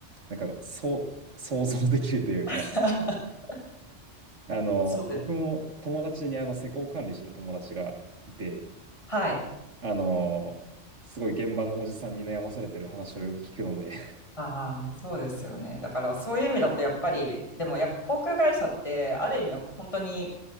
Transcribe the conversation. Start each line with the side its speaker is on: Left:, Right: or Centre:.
Right: なんかそう、想像できるというか、
Left: <laughs>
Right: あの、
Left: そうです。
Right: 僕も友達にあの、施工管理してる友達がいて、
Left: はい。
Right: あのーすごい現場のおじさんに悩まされてる話をよく聞くので
Left: ああ、そうですよね。だからそういう意味だとやっぱり、でもやっぱ航空会社ってある意味本当に